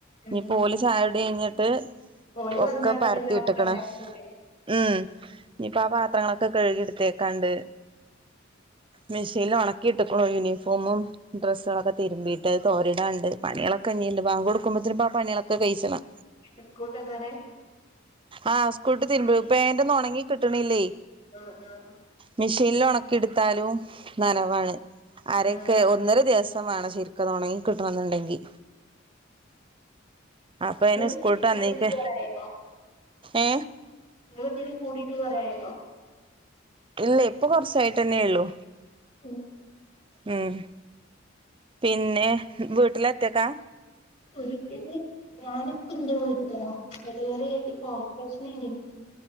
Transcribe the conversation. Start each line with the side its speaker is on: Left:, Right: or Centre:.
Left: ഉം
Right: ഞ്ഞിപ്പൊ ഓല് ചായോടി ഞ്ഞിട്ട്
Left: ഓല് വന്നാടെ
Right: ഒക്കെ പരത്തി
Left: പിന്നെ ഒറക്കം
Right: ഇട്ട്ക്കണ്
Left: നേരത്തല്ലേ
Right: ഉം ഇനിപ്പ ആ പാത്രങ്ങളൊക്കെ കഴുകി ഇടുത്തേക്കാണ്ട് മെഷീൻല് ഒണക്കി ഇട്ടക്കണു യൂണിഫോമും ഡ്രസ്സുകളൊക്കെതിരുമ്പിയിട്ട് തോരിടാണ്ട് പണിയളൊക്കെ ഇഞീണ്ട് ബാങ്ക് കൊടുക്കുമ്പോത്തിന് ഒക്കെ ആ പണിയളൊക്കെ കഴിച്ചണം
Left: <inaudible> സ്കൂൾട്ടന്നാരെ
Right: ആ സ്കൂൾട്ട്തിരുമ്പപ്പൊ പേന്റോന്നും ഉണങ്ങി കിട്ടണല്ലേയ്
Left: ആഹ് ആഹ്
Right: മെഷീനൽ ഉണക്കിടുത്താലും നന വാണ് ആരെയൊക്കെ
Left: ആഹ്
Right: ഒന്നര ദിവസം വേണം ശരിക്കതു ഒണങ്ങി കിട്ടണംന്ന്ണ്ടങ്കി അപ്പ അയിന്‌
Left: നിങ്ങള് ഇതില്
Right: സ്കൂളട്ട് വന്നയ്ക്ക്
Left: കേറിട്ട് കൊറേയായോ
Right: ഏ
Left: നിങ്ങള് ഇതി കൂടിട്ട് കൊറേ ആയോ
Right: ഇല്ലേയ് ഇപ്പൊ കുറച്ചായിട്ടന്നേ ള്ളു
Left: ഉം
Right: ഉം പിന്നെ വീട്ടിലൊറ്റക്കാ
Left: കുരിക്ക് <unintelligible> ഞാനിപ്പ ന്റെ വീട്ടില ഡെലിവറി അയിന്നു ഓപ്പറേഷനെനി ഇൻക്ക്